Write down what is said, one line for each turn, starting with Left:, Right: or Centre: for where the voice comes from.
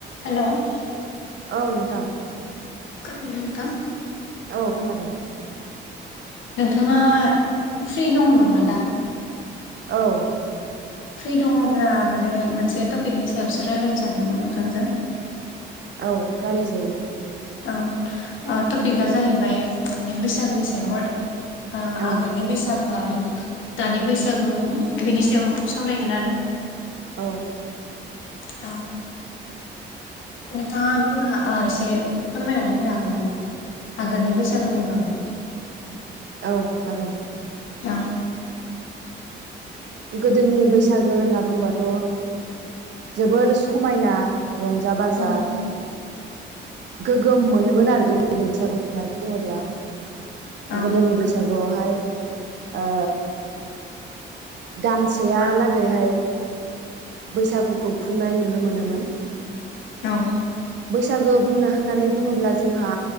Left: हेल'।
Right: औ नोंथां।
Left: मा खालामदों नोंथां।
Right: औ खोनादों।
Left: नोंथाङा फ्रि दङ नामा दा।
Right: औ।
Left: फ्रि दङब्ला माने मोनसे टपिकनि सायावसो रायज्लायनो सानदोंमोन नोंथांजों।
Right: औ रायलाय जायो।
Left: औ टपिकआ जाहैबाय माने बैसागोनि सायाव आरो। ओ
Right: औ
Left: आगोलनि बैसागुआ। दानि बैसागु बेनि सायाव सावरायगोन आरो।
Right: औ।
Left: औ। नोंथाङा बुंनो एसे फोरमायनानै होनो हागोन नामा आगोलनि बैसागुनि बागै।
Right: औ हागोन।
Left: औ।
Right: गोदोनि बैसागो होनना बुंबाथ' जोबोर समायना। रंजा बाजा।
Left: औ
Right: गोगोम मोनोमोन आरो गोदोनि बैसागु होननानै बुङोब्ला।
Left: औ
Right: गोदोनि बैसागुआवहाय ओ दानसेयालागैहाय बैसागुखौ खुंनाय नुनो मोनोमोन
Left: औ
Right: बैसागो बुंनो होननानै बुङोब्ला जोंहा